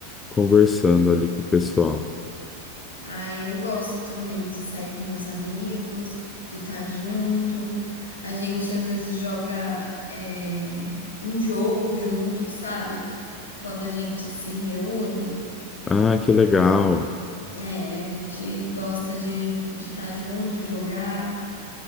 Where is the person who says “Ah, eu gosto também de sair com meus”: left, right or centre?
Left